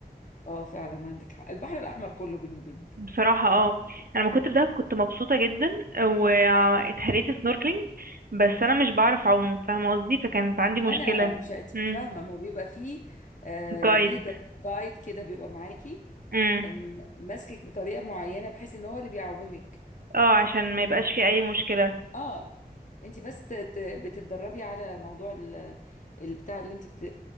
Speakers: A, on the left (about 50°); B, on the right (about 60°).
A: اه فعلا عندك حق البحر الاحمر كله بيني وبينك
B: بصراحة اه انا لما كنت في دهب كنت مبسوطة جدا واتهريت سنوركلينج بس انا مش بعرف اعوم فاهمة قصدي فكانت عندي مشكلة
A: ما انا مش انت
B: امم
A: مش فاهمه ما هو بيبقى فيه آه
B: جايد
A: ليدر جايد كده بيبقى معاكي
B: امم
A: أم- ماسكك بطريقه معينه بحيث ان هو اللي بيعومك
B: اه عشان ما يبقاش في اي مشكلة
A: اه انت بس ت- ت- بتتدربي على موضوع ال- البتاع اللي انت بت...